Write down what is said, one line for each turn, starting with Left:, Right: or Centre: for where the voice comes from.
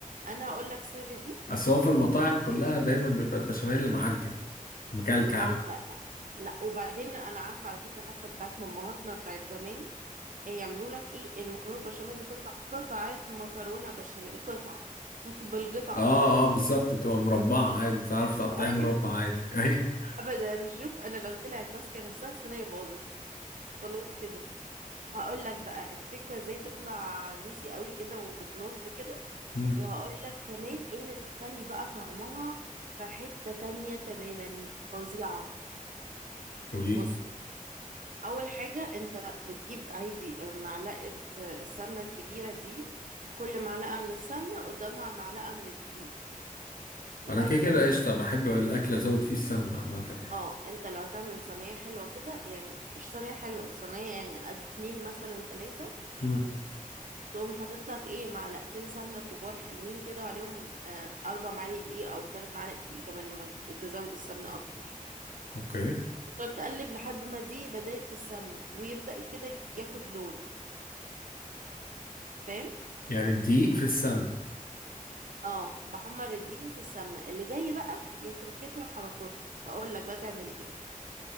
Right: انا اقول لك سر دي
Left: اصل هو في المطاعم كلها دايما بيبقى البشاميل معجن مكلكع
Right: لا لا لا لا لا وبعدين انا عارفه على فكره حتى بتاعت مامهاتنا بتاعت زمان إيه يعملوا لك ايه المكرونه البشاميل اللي تطلع قطعه مكرونه بشاميل قطعه <laughs> بالقطعه
Left: اه اه بالظبط بتبقى مربعة عادي تعرف تقطعيها
Right: ايوه
Left: مربع عادي <laughs> ايوه
Right: ابدا شوف انا لو طلعت ماسكه نفسها الصينيه باظت خلاص كده هقول لك بقى التريكه ازاي تطلع جوسي قوي كده وبتلظ كده
Left: امم
Right: وهقول لك كمان ايه اللي تخلي بقى طعمها في حته تانية تماما فظيعه
Left: قولي
Right: بص
Left: لي
Right: اول حاجة انت بتجيب عادي آه، معلقة آه، السمنة الكبيرة دي كل معلقة من السمنة قدامها معلقة من الدقيق وبعدين
Left: انا كده كده قشطة بحب الاكل ازود فيه السمنة عامة يعني
Right: اه انت لو هتعمل صينية حلوة كده يعني مش صينية حلوة صينية يعني على قد اتنين مثلا تلاتة
Left: امم
Right: تقوم حاطط لك ايه معلقتين سمنة كبار حلوين كده وعليهم آه اربع معالق دقيق او تلات معالق دقيق كمان ما ت- تزود السمنة اكتر
Left: اوكي
Right: وتقلب لحد ما دي بداية في السمنة ويبدأ كده ياخد لون فاهم
Left: يعني الدقيق في السمنة
Right: اه بحمر الدقيق في السمنة اللي جاي بقى يا تركته يا حركاته اقول لك بقى تعمل ايه